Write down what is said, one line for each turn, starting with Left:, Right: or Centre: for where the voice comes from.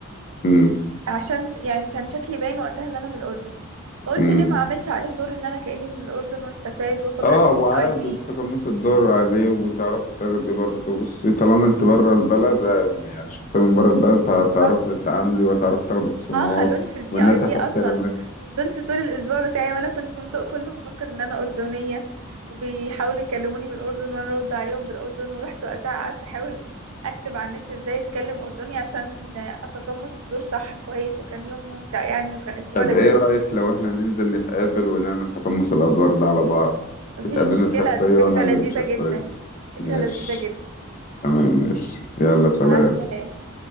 Left: امم
Right: عشان ش- يعني كان شكلي باين وقتها ان انا من الاردن فقلت
Left: امم
Right: ليه ما اعملش عليه دور ان انا كاني من الاردن واستفاد واخد
Left: اه
Right: اكل
Left: وعاد
Right: اي بي
Left: وتتقمص الدور عليه وتعرفي تاخدي برضه بصي طالما انت بره البلد آه، يعني شخصية من بره البلد هتع-
Right: بالظبط
Left: هتعرفي تتعاملي وتعرفي تاخدي خصومات
Right: اه خلوني في الفي
Left: والناس
Right: اي بي
Left: هتحترمك
Right: اصلا وفضلت طول الاسبوع بتاعي وانا في الفندق كله مفكر ان انا اردنيه وبيحاولوا يكلموني بالاردن وانا ارد عليهم بالاردن ورحت وقتها قعدت احاول اكتب على النت ازاي اتكلم اردني عشان اتقمص الدور صح كويس وكان يوم ممتع يعني وكان اسبوع
Left: طب
Right: لذيذ
Left: ايه رأيك
Right: بالنسبه
Left: لو
Right: لي
Left: احنا ننزل نتقابل ونعمل تقمص الأدوار ده على بعض
Right: مفيش
Left: تتقابليني
Right: مشكله
Left: بشخصية
Right: دي فكره
Left: وانا اقابلك
Right: لذيذه
Left: بشخصية
Right: جدا فكره
Left: ماشي
Right: لذيذه جدا
Left: تمام
Right: ماشي
Left: ماشي يلا سلام
Right: مع السلامه